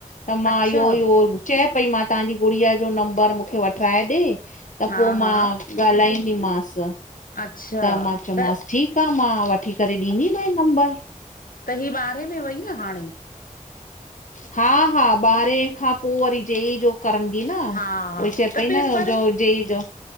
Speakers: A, on the left (about 65°); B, on the left (about 85°).
A: त मां
B: अच्छा
A: इहो इहो चए पई मां तव्हांजी गुड़िया जो नंबर मूंखे वठराए ॾे त
B: हा
A: पो
B: हा
A: मां ॻाल्हाईंदी मांसि।
B: अच्छा
A: त मां चयोमांसि
B: त
A: ठीकु आ मां वठी करे ॾींदीमें नंबर।
B: त ही ॿारहें में वई न हाणे?
A: हा -हा, ॿारहें खां पो वरी जेई जो करंदीय न,
B: हा
A: उएई चये
B: त
A: पई
B: पेपर
A: न जो जे ई जो